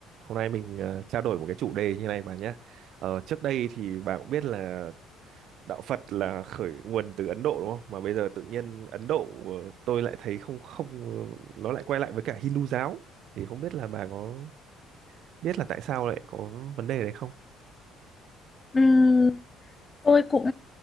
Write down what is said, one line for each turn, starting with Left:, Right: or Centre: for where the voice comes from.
Right: Hôm nay mình ờ, trao đổi một cái chủ đề như này bà nhé. Ờ, trước đây thì bà cũng biết là đạo Phật là khởi nguồn từ Ấn Độ đúng không? Mà bây giờ tự nhiên Ấn Độ ờ, tôi lại thấy không không ờ, nó lại quay lại với cả Hindu giáo. Thì không biết là bà có biết là tại sao lại có vấn đề đấy không?
Left: Ừm, tôi cũng